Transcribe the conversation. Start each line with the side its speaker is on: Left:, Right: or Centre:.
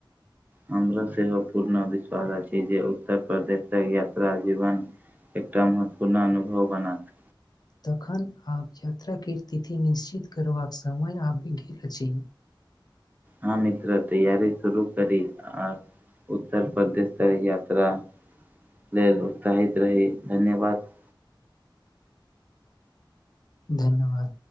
Right: हमरा सेहो पूर्ण विश्वास अछि जे उत्तर प्रदेश तक यात्रा जीवन एकटा महत्वपूर्ण अनुभव बनत
Left: तखन आब यात्रा के तिथि निश्चित करबाक समय आबि गेल अछि
Right: ह मित्र तैयारी शुरू करी आ उत्तर प्रदेश तऽ यात्रा लेल उत्साहित रहि धन्यवाद
Left: धन्यवाद